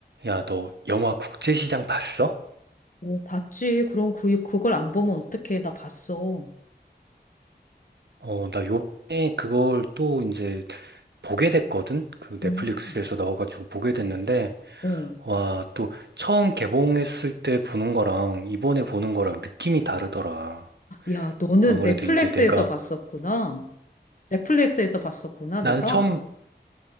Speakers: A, on the right (about 70°); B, on the left (about 45°).
A: 야, 너 영화 국제시장 봤어?
B: 어, 봤지. 그럼 그, 그걸 안 보면 어떡해. 나 봤어.
A: 어, 나 요번에 그걸 또 이제 보게 됐거든? 그 넷플릭스에서
B: 음.
A: 나와가지고 보게 됐는데,
B: 어.
A: 와, 또 처음 개봉했을 때 보는 거랑 이번에 보는 거랑 느낌이 다르더라.
B: 야, 너는
A: 아무래도
B: 넷플릭스에서
A: 이제 내가,
B: 봤었구나. 넷플릭스에서 봤었구나, 너가.
A: 나는 처음,